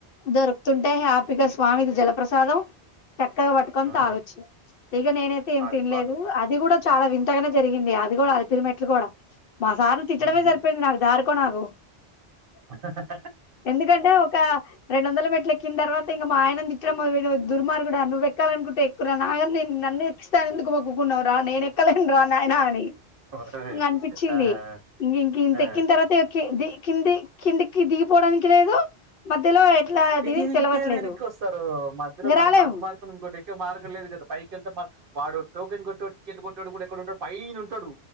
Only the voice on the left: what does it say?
దొరుకుతుంటే హ్యాపీ గా స్వామిది జలప్రసాదం చక్కగా పట్టుకొని
తాగొచ్చు ఇగా నేనైతే ఏం
తినలేదు
అది కూడా చాలా వింతగానే జరిగింది అది కూడా అది అలిపిరి మెట్లు కూడా మా సార్ను తిట్టడమే
సరిపోయింది నాకు దారుకో నాకు
ఎందుకంటే ఒక రెండు వందలు మెట్లు ఎక్కిన తర్వాత ఇంక మా ఆయన తిట్టండం మో దుర్మార్గుడా నువ్వెక్కాలనుకుంటే ఎక్కు నా నేను నన్న ఎక్స్తాను ఎందుకు మగ్కున్నావు రా నేన ఎక్కలేను రా నాయనా అని
ఇంగ అనిపించింది
ఇంక ఇంక ఇంత
ఎక్కిన తర్వాత కింది కిందికి దిగిపోవడానికి లేదు మధ్యలో ఎట్లా అది
తెలవట్లేదు
ఇంగ
రాలేము